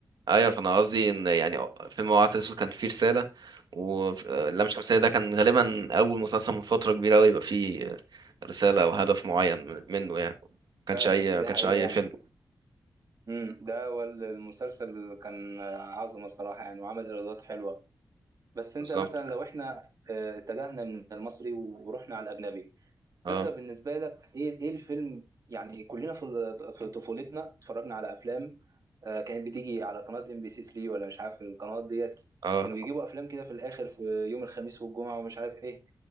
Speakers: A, on the right (about 75°); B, on the right (about 50°).
A: ايوه فانا قصدي ان يعني فيلم العسل الاسود كان فيه رساله واللام شمسيه ده كان غالبا اول مسلسل من فتره كبيره قوي يبقى فيه رساله او هدف معين من- منه يعني ما كانش
B: فعلا
A: اي ما
B: دي
A: كانش
B: حقيقه
A: اي
B: يعني
A: فيلم
B: امم ده والمسلسل كان آه، عظمه الصراحه يعني وعمل ايرادات حلوه بس انت
A: بالظبط
B: مثلا لو احنا آه، اتجهنا من المصري ورحنا على الاجنبي فانت
A: اه
B: بالنسبه لك ايه ايه الفيلم يعني كلنا في ال- في طفولتنا اتفرجنا على افلام آه، كانت بتيجي على قناه ام بي سي 3 ولا مش عارف القنوات ديت
A: اه
B: كانوا بيجيبوا افلام كده في الاخر في يوم الخميس والجمعه ومش عارف ايه